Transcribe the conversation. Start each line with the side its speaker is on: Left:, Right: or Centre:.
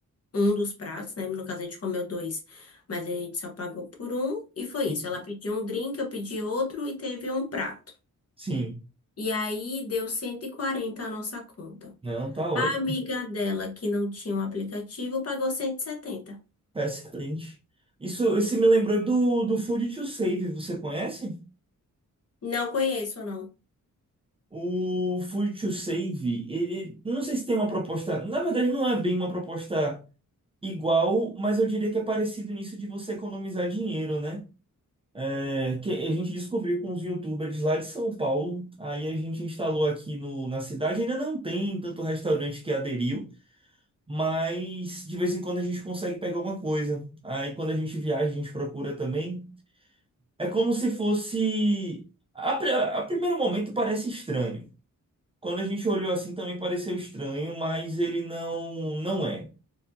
Left: um dos pratos, né? No caso, a gente comeu dois, mas a gente só pagou por um. E foi
Right: Sim.
Left: isso. Ela pediu um drink, eu pedi outro e teve um prato.
Right: Sim.
Left: E aí deu 140 a nossa conta.
Right: Não, tá ótimo.
Left: A amiga dela, que não tinha um aplicativo, pagou cento e setenta
Right: Tá excelente. Isso, esse me lembrou do, do Food to Save. Você conhece?
Left: Não conheço, não.
Right: O Food to Save, ele. Não sei se tem uma proposta. Na verdade, não é bem uma proposta igual, mas eu diria que é parecido nisso de você economizar dinheiro, né? É, que a gente descobriu com os youtubers lá de São Paulo. Aí a gente instalou aqui no, na cidade. Ainda não tem tanto restaurante que aderiu. mas de vez em quando a gente consegue pegar alguma coisa. Aí quando a gente viaja, a gente procura também. É como se fosse. A, pri- a primeiro momento parece estranho. Quando a gente olhou assim também pareceu estranho, mas ele não não é.